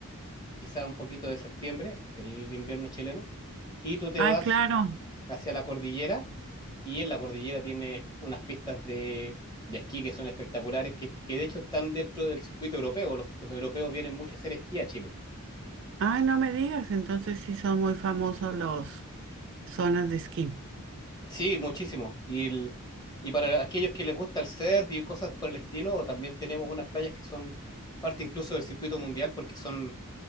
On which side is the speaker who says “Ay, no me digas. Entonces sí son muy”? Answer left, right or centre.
Right